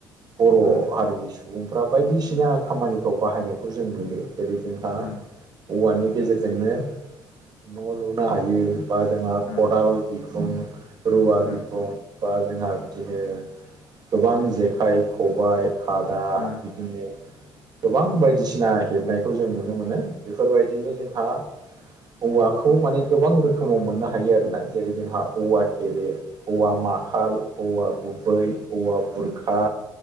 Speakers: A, on the right; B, on the left.
A: बर'
B: उम
A: हारिनि सु बुंफ्रा बायदिसिना खामानिफ्राव बाहायनायखौ जों नुयो जेरै जोंहा
B: उम
A: औवानि गेजेरजोंनो न' लुनो हायो बा जोंहा खदाल
B: उम
A: बिखुं रुवा
B: उम
A: बिखुं बा जोंहा बिदिनो गोबां जेखाइ खबाय खादा
B: उम
A: बिदिनो गोबां बायदिसिना हेबनायखौ जों नुनो मोनो बेफोरबायदियैनो जोंहा औवाखौ माने गोबां रोखोमाव मोननो हायो आरोना जेरै जोंहा औवा थेरे औवा माखाल औवा गुबै औवा बुरखा